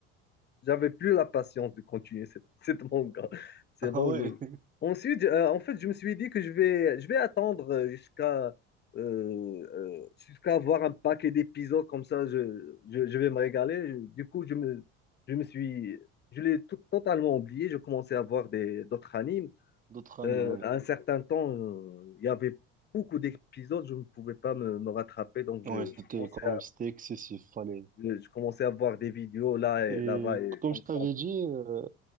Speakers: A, on the left (about 35°); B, on the right (about 30°).
A: j'avais plus la patience de continuer cette, <laughs> cette manga. C'est
B: Ah
A: bon,
B: ouais,
A: je. Ensuite, euh, en fait, je me suis dit que je vais, je vais attendre euh, jusqu'à euh, euh, jusqu'à avoir un paquet d'épisodes comme ça, je, je, je vais me régaler. Du coup, je me, je me suis, je l'ai tout- totalement oublié. Je commençais à voir des d'autres animes.
B: <laughs> d'autres animes,
A: Euh,
B: oui.
A: à un certain temps, euh, il y avait beaucoup d'épisodes, je ne pouvais pas me, me rattraper, donc je,
B: Ouais, c'était
A: je commençais
B: quand même c'était excessif, fallait.
A: je, je commençais à voir des vidéos là et
B: Et
A: là-bas et
B: comme
A: comme
B: je t'avais
A: ça.
B: dit, euh,